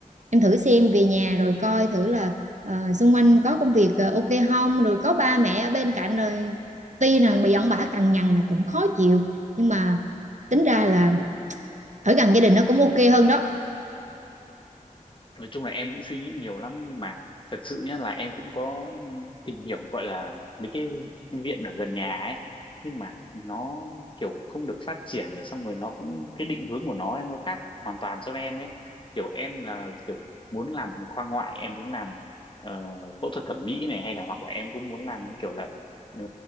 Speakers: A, on the right; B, on the left.
A: em thử xem về nhà rồi coi thử là ờ, xung quanh có công việc ờ, ok không rồi có ba mẹ ở bên cạnh rồi tuy rằng bị ông bà cằn nhằn là cũng khó chịu nhưng mà tính ra là ở gần gia đình nó cũng ok hơn đó
B: nói chung là em cũng suy nghĩ nhiều lắm nhưng mà thật sự nhá là em cũng có tìm hiểu gọi là mấy cái viện ở gần nhà ấy nhưng mà nó kiểu không được phát triển này xong rồi nó cũng cái định hướng của nó ấy, nó khác hoàn toàn so với em ấy kiểu em là kiểu muốn làm khoa ngoại em muốn làm ờ, phẫu thuật thẩm mỹ này hay là hoặc là em cũng muốn làm kiểu là ờ,